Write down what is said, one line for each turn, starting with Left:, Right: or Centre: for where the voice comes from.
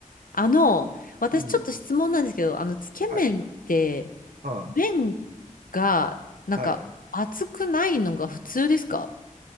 Left: あの、私ちょっと質問なんですけど、
Right: うん。
Left: あの、つけ麺って、
Right: はい。うん。
Left: 麺が、なんか、
Right: はい。
Left: 熱くないのが普通ですか